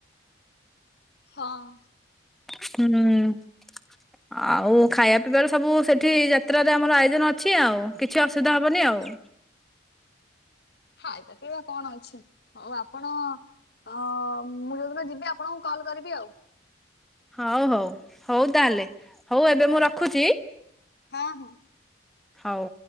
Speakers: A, on the left; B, in the centre.
A: ହଁ
B: ହୁଁ
A: ହଁଁ <unintelligible>
B: ଆଉ ଖାଇବା ପିଇବାର ସବୁ ସେଠି ଯାତ୍ରାରେ ଆମର ଆୟୋଜନ ଅଛି ଆଉ। କିଛି ଅସୁବିଧା ହେବନି ଆଉ।
A: ଖାଇବା ପିଇବା କଣ ଅଛି ଆଉ ଆପଣ ଅ ମୁଁ ଯୋଉଦିନ ଯିବି ଆପଣଙ୍କୁ କଲ୍ କରିବି ଆଉ।
B: ହୋଉ ହୋଉ ହୋଉ ତାହେଲେ
A: ହଉ
B: ହୋଉ ଏବେ
A: ହଉ
B: ମୁଁ ରଖୁଚି।
A: ହଁ ହଁ।
B: ହୋଉ।